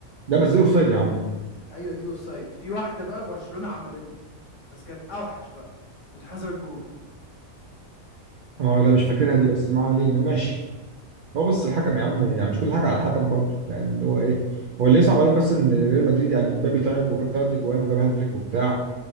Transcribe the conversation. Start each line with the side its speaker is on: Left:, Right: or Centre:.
Right: ده بس دي اوفسايد يا عم
Left: ايوه دي اوفسايد في واحده بقى برشلونه عملتها بس كانت اوحش بقى واتحسبت جون
Right: اه لا مش فاكرها دي بس ما علينا ماشي هو بس الحكم يا عم يعني مش كل حاجه على الحكم برضه فاهم اللي هو ايه هو اللي يصعب عليك بس ان ريال مدريد يعني مبابي تعب وجاب ثلاث اجوان وجاب هاتريك وبتاع